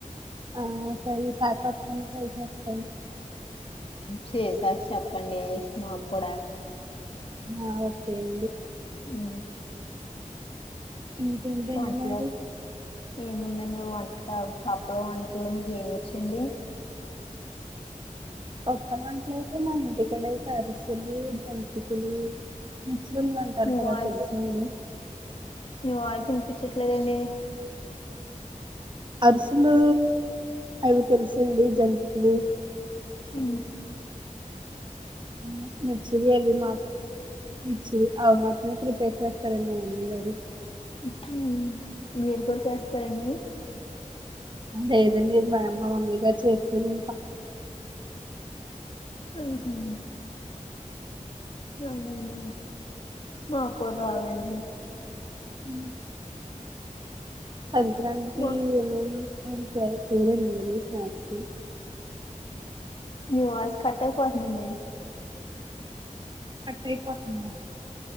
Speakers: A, on the right (about 35°); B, on the left (about 45°).
A: ఆ సరే ఈసారి కచ్చితంగా ట్రై చేస్తానండి,
B: చేసాక చెప్పండి మాకు కూడా,
A: హ ఓకే అండి,
B: హు
A: ఇంకేంటండి
B: ఒంటలో
A: మరి
B: ఏముందేను వంట ఆ పప్పుల వంటలు మీకు ఏమొచ్చండి,
A: పప్పులు వంటలు అయితే మా ఇంటి కాడ అయితే అరిసెలు జంతికలు, సున్నుండలు అంటారు
B: మీ
A: కదా
B: వాయిస్
A: తెలుసా అండి,
B: మీ వాయిస్ వినిపించట్లేదండి,
A: అరిసెలు అయో తెలుసండి జంతికలు, లు
B: ఊ
A: హు మెచ్యూర్అవి మాత్రం, పిచ్చిది అవి మాత్రం ప్రిపేర్ చేస్తారే మా మమ్మీ గారు
B: ఉహు మీరు కూడా చేస్తారండి,
A: లేదండి మా అమ్మ మమ్మీ గారు చేస్తూ నే
B: ఉహు అవునండి మా కూడా రావండి
A: హు సంక్రాంతి
B: మా
A: కి ఆ సరే సరే చేరండి మరి షాప్ కు,
B: మీ వాయిస్ కట్ అయిపోతుంది అండి
A: కట్ అయిపోతుందా